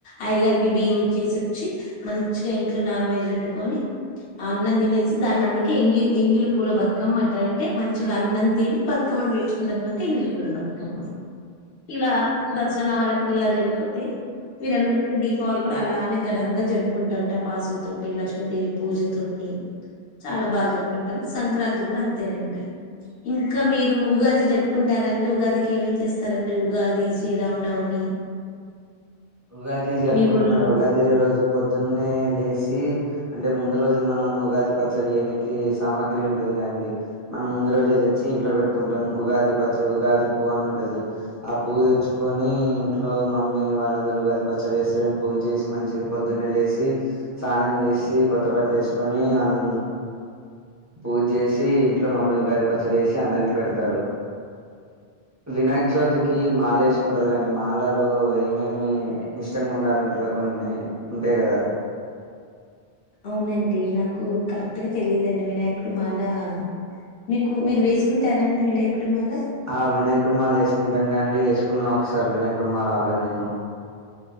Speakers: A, on the left; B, on the right.
A: అయ్యగారికి, బియ్యం, ఇచ్చేసి, వచ్చి, మంచిగా, ఇంట్లో, నానవెజ్, వండుకొని, ఆ, అన్నం, తినేసి, దాని, అందుకే, ఎంగి, ఎంగిలి పూల బత్కామ్మ, అంటారంటే, మంచిగా అన్నంతిని, బతుకమ్మలు, పెంచుకుంటారు, కాబట్టి యెంగిలి పూల బతుకమ్మ, ఇలా దసరా, నవరత్రిలా, జరిగిపోతే, వీరు, అన్నట్టగే, దీపావళి, కూడా, అలానే, ఘనంగా, జరుపుకుంట, ఉంట, టపాసులతోటి, లక్ష్మీ పూజతోటి, చాలా బాగా జరుకుంటాం. సంక్రాంతి, కూడా, అంతేనండి, ఇంకా, మీరు, ఉగాది, జరుప్, కుంటారండి. ఉగాదికి, ఏమేమ్, చేస్తారండి. ఉగాది శ్రీరామనవమి,
B: ఉగాది, జరుపుకుంటా,
A: మీ ఊళ్ళో
B: మన, ఉగాదే రోజు పొద్దున్నే లేషి, అంటే, ముందురోజు, మనం, ఉగాది, పచ్చడి, చేయినికి, సామాగ్రి, ఉంటది, కదండి, మనం, ముందు, రోజే, తెచ్చి, ఇంట్లో, పెట్టుకుంటాం. ఉగాది, పచ్చడి, ఉగాది, పువ్, అన్ని ఉంటది. ఆ పువ్వు, తెచ్చుకొని, ఇంట్లో, మమ్మీ, వాళ్ళందరు, ఉగాది, పచ్చడి, చేస్తారు, మేమ్, పూజ చేసి, మంచిగా, పొద్దున్నే, లేేసి, స్నానం, చేశి, కొత్త, బట్టలేసుకొని, అన్, పూజ, చేశి, ఇంట్లో, మమ్మీ, ఉగాది, పచ్చడి, చేశి, అందరికి, పెడతారు. వినాయకచవితికి, మాల, వేసుకుంటారు. కానీ, మాలలో, ఏమేమి, నిష్టంగా, ఉండాలంట్రే, కొన్ని, ఉంటాయి. కదా, కొన్ని
A: అవునండి, నాకు, కరెక్ట్, అంటే, తెలిదండి వినాయకుడు, మాలా, మీకు మీరు, వేసుకుంటారండి. వినాయకుడు, మాలా
B: ఆ, వినాయకుడిమాల, వేసుకుంటామ్, గాండి, వేసుకున్నా, ఒకసారి, వినాయకుడిమాల ఆల్రెడీ నేను,